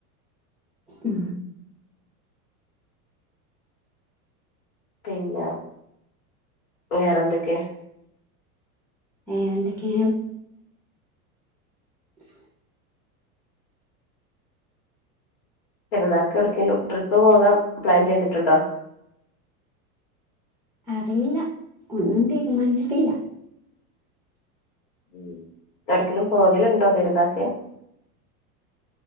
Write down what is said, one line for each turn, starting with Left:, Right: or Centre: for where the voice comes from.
Centre: ഉം
Left: പിന്നെ വേറെന്തൊക്കെയാ
Centre: ഏ എന്തൊക്കെയ <unintelligible>
Left: പെരുന്നാൾക്ക് എടക്കിലും ട്രിപ്പ് പോകാൻ പ്ലാൻ ചെയ്തിട്ടുണ്ടോ
Centre: അറിയില്ല ഒന്നും തീരുമാനിച്ചിട്ടില്ല
Left: ഉ എടക്കിലും പോകലുണ്ടോ പെരുന്നാക്ക്